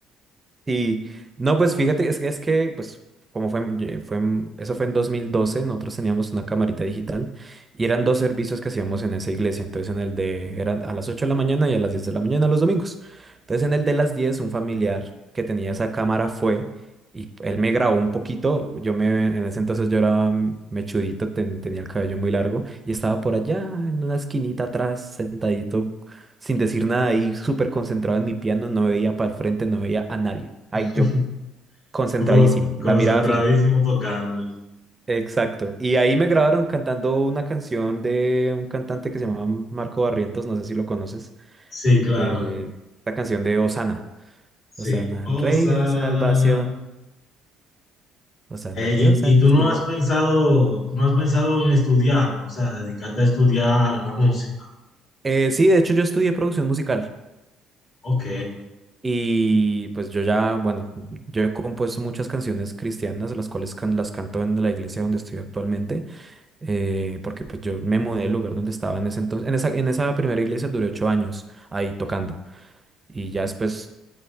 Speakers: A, on the right; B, on the left.
A: Y no, pues fíjate, es que, es que pues como fue, en- ye- fue, en- eso fue en 2012, nosotros teníamos una camarita digital y eran dos servicios que hacíamos en esa iglesia. Entonces en el de, eran a las 8 de la mañana y a las 10 de la mañana los domingos. Entonces en el de las 10 un familiar que tenía esa cámara fue y él me grabó un poquito. Yo me, en ese entonces yo era mm, mechudito, ten- tenía el cabello muy largo y estaba por allá en una esquinita atrás, sentadito sin decir nada ahí, súper concentrado en mi piano, no veía para el frente, no veía a nadie. Ahí
B: <laughs>
A: yo, concentradísimo,
B: Puto
A: la
B: concentradísimo
A: mirada fija.
B: tocando.
A: Exacto. Y ahí me grabaron cantando una canción de un cantante que se llamaba Marco Barrientos, no sé si lo conoces,
B: Sí, claro.
A: eh, la canción de Osana.
B: Sí.
A: Osana
B: Osana.
A: al Rey de Salvación, Osana
B: Eh,
A: al
B: y,
A: Dios
B: y
A: Altísimo.
B: tú no has pensado, tú no has pensado en estudiarlo, o sea, dedicarte a estudiar la música.
A: Eh, sí, de hecho yo estudié producción musical
B: Ok,
A: y pues yo ya, bueno, yo he compuesto muchas canciones cristianas, las cuales can- las canto en la iglesia donde estoy actualmente. eh, porque pues yo me mudé del lugar donde estaba en ese entonces, en esa, en esa primera iglesia duré ocho años ahí tocando y ya después